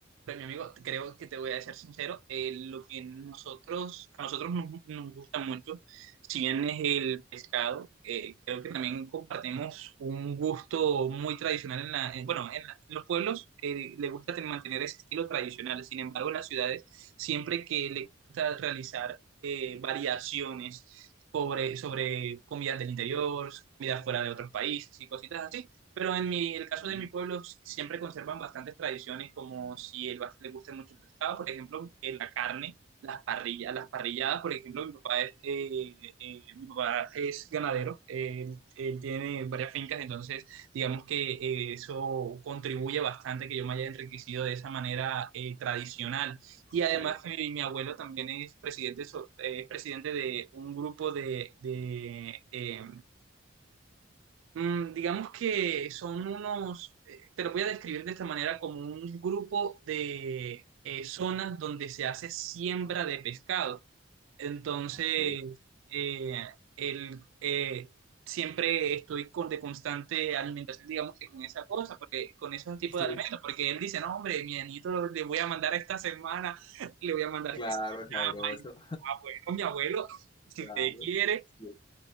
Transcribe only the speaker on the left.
Mm,
ok,
ok.
Sí,
claro,
sabroso.
Claro.
Sí,